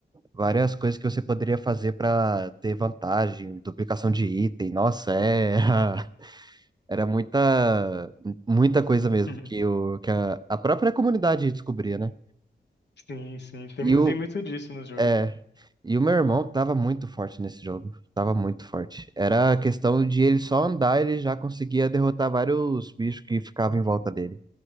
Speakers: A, on the right (about 20°); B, on the left (about 65°).
A: várias coisas que você poderia fazer para ter vantagem, duplicação de item. Nossa, é <laughs> Era muita, muita coisa mesmo
B: <laughs>
A: que, o, que a, a própria comunidade descobria, né?
B: Sim, sim. Tem,
A: E
B: mu-
A: o,
B: tem muito disso no jogo,
A: é,
B: né?
A: e o meu irmão tava muito forte nesse jogo. Tava muito forte. Era a questão de ele só andar, ele já conseguia derrotar vários bichos que ficavam em volta dele.